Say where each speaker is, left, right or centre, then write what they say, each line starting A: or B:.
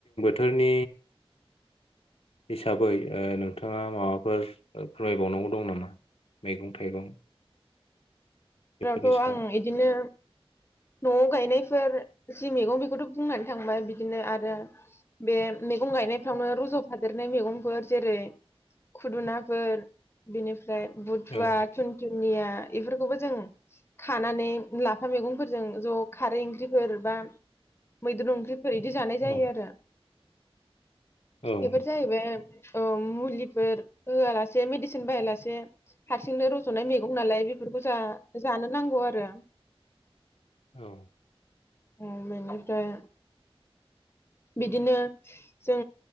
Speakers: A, on the left; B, on the left.
A: थोरनि हिसाबै ओ नोंथाङा माबाफोर फोरमायबावनांगौ दं नामा मैगं थाइगं बेफोरनि
B: रावथ
A: सायाव
B: आं इदिनो न'आव गायनायफोर जि मैगं बेखौथ' बुंनानै थांबाय बिदिनो आरो बे मेगं गायनायफ्रावनो रजफादेरनाय मैगंफोर जेरै खुदुनाफोर बिनिफ फ्राय बुथुा
A: औ
B: थुनथु निया इफोरखौबो जों खानानै लाफा मैगंफोरजों ज' खारै ओंख्रिफोर बा मैद्रु ओंख्रिफ फोर इदि जानाय जायो
A: औ
B: आरो
A: औ
B: एबार जाहैबाय औ मुलिफोर होआ लासे मेडिसिन बाहाया लासे हारसिंनो रजनाय मैगं नालाय बेफोरखौ जा जानो नांगौ आरो
A: औ
B: ओ बेनिफ्राय बिदिनो जों